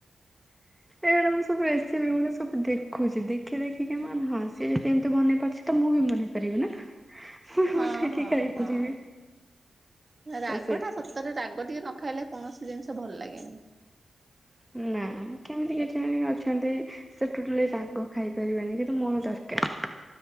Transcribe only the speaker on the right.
ହଁ
ହଁ
ହଁ
ରାଗଟା
ସବ ତାପରେ ରାଗ ଟିକେ ନ ଖାଇଲେ କୌଣସି ଜିନିଷ ଭଲ ଲାଗେନି।